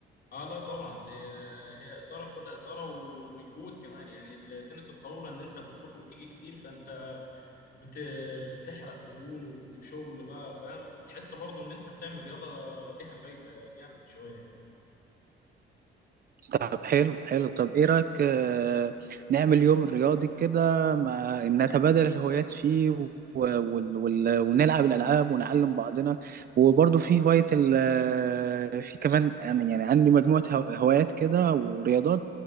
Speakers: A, on the left (about 50°); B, on the right (about 50°).
A: اه لا طبعا دي آه، هي اثاره كلها اثاره ومجهود كمان يعني التنس الطاوله ان انت بتروح وتيجي كتير فانت بت... بتحرق دهون وبت- وشغل بقى فاهم بتحس برضو ان انت بتعمل رياضة ليها فايدة جامد شوية
B: طب حلو حلو طب ايه رأيك آه، نعمل يوم رياضي كده ما نتبادل الهوايات فيه و... وال... وال... ونلعب الألعاب ونعلم بعضنا وبرضه في هواية ال... آه، في كمان أنا- يعني عندي مجموعة هو- هوايات كده ورياضات